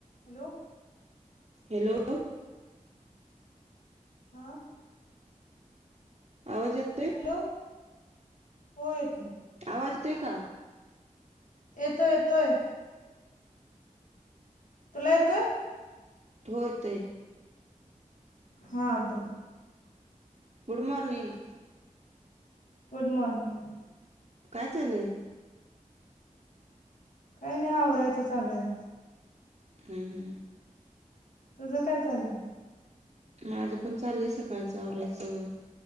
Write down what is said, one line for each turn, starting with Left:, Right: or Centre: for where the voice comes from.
Left: Hello,
Right: hello,
Left: हा,
Right: आवाज येतोय.
Left: हॅलो हो येतोय.
Right: आवाज येतोय का.
Left: येतोय येतोय. तुला येतोय.
Right: होेय येतोय.
Left: हा बोल.
Right: Good morning.
Left: Good morning.
Right: काय चालेय.
Left: काही नाही आवराहायचं चालय.
Right: हम्म हम्म.
Left: तुझं काय चाललंय.
Right: माझं पण चाललंय सकाळचं आवरायचं.